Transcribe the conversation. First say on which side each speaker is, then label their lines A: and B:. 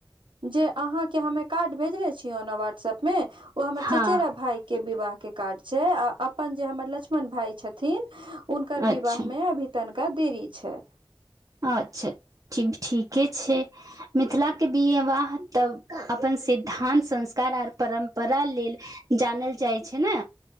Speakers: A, on the right; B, on the right.
A: जे अहाँ के हमे कार्ड भेजने छियोना व्हाट्सएप में ओ हमर सचेरा
B: हँ
A: भाई। के विवाहके कार्ड आ अपन जे हमर लक्ष्मण भााय छथिन। उनकर
B: अच्छा
A: विवाह में अभी तनिका देरी छै।
B: अच्छा ठिक ठीके छै। मिथिला के बीएवाह तब अपन सिद्धान्त संस्कार आर परम परा लेल जानल जाइ छै ने